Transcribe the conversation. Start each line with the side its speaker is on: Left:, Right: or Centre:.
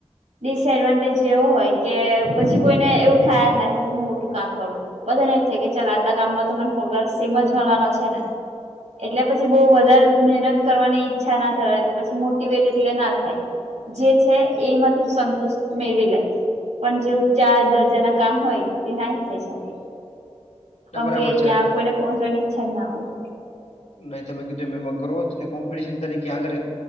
Right: ડિસએડવાન્ટેજ એવો હોય કે પછી કોઈને એવું થાય જ ના કે હું મોટું કામ કરું. બધા ને એ થ કે ચાલ આટલા ગામમાં તો મને પગાર સેમ જ મળરવાનો છે ને. એટલે પછી બહુ વધારે મહેનત કરવાની ઈચ્છા ના થરા કે પછી મોટવેટ એટલે ના થાય. જે છે એમાંથી સંતુષ્ટ મેળવી લે. પણ જે ઉઊંચા દર્જા ના કામ હોય તે ના થઈ શકે.
Left: ના
Right: કેમકે
Left: બરાબર છે
Right: ત્યાં કોઈને પહોંચવાની ઈચ્છા જ ના હોય.
Left: નહી તમે કીધું એ એમાં ગ્રોથ ને કોમ્પિટિશન તરીકે આગળ.